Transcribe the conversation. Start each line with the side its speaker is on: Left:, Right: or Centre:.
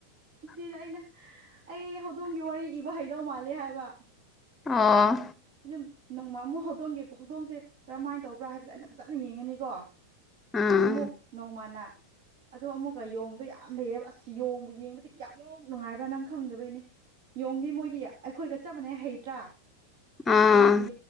Right: ꯏꯆꯦꯗ ꯑꯩꯅ ꯑꯩ ꯍꯧꯗꯣꯡꯒꯤ ꯋꯥꯔꯤ ꯏꯕ ꯍꯩꯗꯧ ꯃꯥꯜꯂꯦ ꯍꯥꯏꯕ
Left: ꯑꫭ
Right: ꯑꯗꯨꯝ ꯅꯣꯡꯃ ꯑꯃꯨꯛ ꯍꯧꯗꯣꯡꯒꯦ ꯍꯧꯗꯣꯡꯁꯦ ꯀꯔꯝꯍꯥꯏꯅ ꯇꯧꯕ꯭ꯔꯥ ꯍꯥꯏꯕꯁꯦ ꯑꯩꯅ ꯐꯖꯅ ꯌꯦꯡꯉꯅꯤꯀꯣ
Left: ꯑꯥ
Right: ꯑꯃꯨꯛ ꯅꯣꯡꯃꯅ
Left: <inaudible>
Right: ꯑꯗꯣ ꯑꯃꯨꯛꯀ ꯌꯦꯣꯡꯗꯣ ꯌꯥꯝ ꯂꯩꯌꯦꯕ ꯑꯁ ꯌꯣꯡꯕꯨ ꯌꯦꯡꯕꯗꯤ ꯀꯌꯥꯃꯨꯛ ꯅꯨꯡꯉꯥꯏꯕ꯭ꯔꯥ ꯅꯪ ꯈꯪꯗꯕꯩꯅꯦ ꯌꯣꯡꯗꯤ ꯃꯣꯏꯗꯤ ꯑꯩꯈꯣꯏꯒ ꯆꯕꯅꯦ ꯍꯩꯇ꯭ꯔꯥ
Left: ꯑꯥ
Right: ꯑꯗꯨꯒꯤ